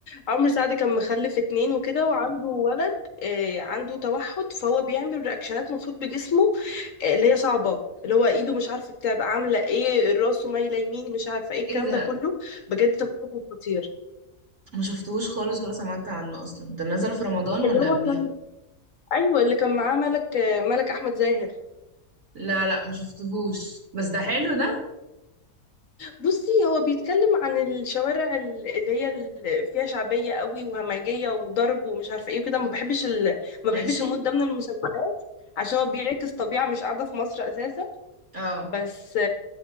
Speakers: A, on the left; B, on the right.
A: عمرو سعد كان مخلف اتنين وكده وعنده ولد آه، عنده توحد فهو بيعمل رياكشنات مفروض بجسمه آه، اللي هي صعبه اللي هو ايده مش عارفه بتبقى عامله ايه راسه مايله يمين مش عارفه ايه الكلام
B: ايه ده
A: ده كله بجد تمثيله كان خطير
B: ما شفتهوش خالص ولا سمعت عنه اصلا ده نزل في رمضان ولا
A: اللي هو
B: قبليها
A: كان ايوه اللي كان معاه ملك آه، ملك احمد زاهر
B: لا لا ما شفتهوش بس ده حلو ده
A: بصي هو بيتكلم عن الشوارع ال- اللي هي ال- فيها شعبيه قوي وهمجيه وضرب ومش عارفه ايه وكده ما بحبش ال... ما
B: ماشي
A: بحبش المود ده من المسلسلات عشان هو بيعكس طبيعة مش قاعدة في مصر أساسا
B: اه
A: بس